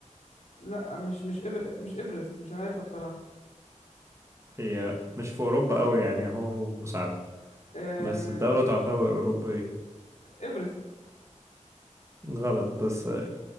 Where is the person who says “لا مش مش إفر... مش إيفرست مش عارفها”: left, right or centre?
Left